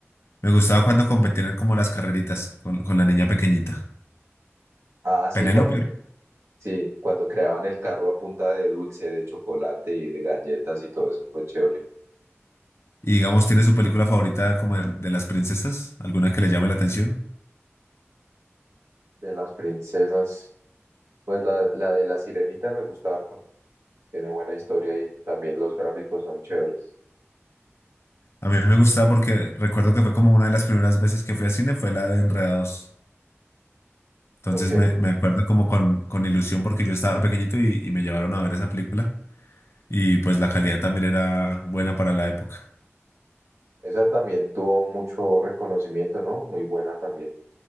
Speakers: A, on the left; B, on the right.
A: Me gustaba cuando competían como las carreritas con, con la niña pequeñita.
B: Ah, sí,
A: Penélope.
B: cuando, sí, cuando creaban el carro a punta de dulce, de chocolate y de galletas y todo eso fue chévere.
A: Y digamos, ¿tiene su película favorita como de, de las princesas? ¿Alguna que le llame la atención?
B: De las princesas, pues la, la de la sirenita me gusta harto, tiene buena historia y también los gráficos son chéveres.
A: A mí me gustaba porque recuerdo que fue como una de las primeras veces que fui al cine, fue la de Enredados. Entonces
B: Ok.
A: me, me acuerdo como con, con ilusión porque yo estaba pequeñito y, y me llevaron a ver esa película. Y pues la calidad también era buena para la época.
B: Esa también tuvo mucho reconocimiento, ¿no? Muy buena también.